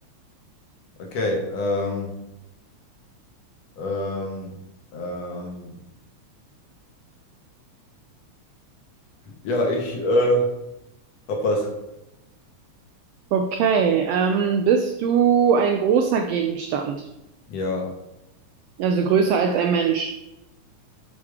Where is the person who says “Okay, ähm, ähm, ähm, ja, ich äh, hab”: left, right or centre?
Left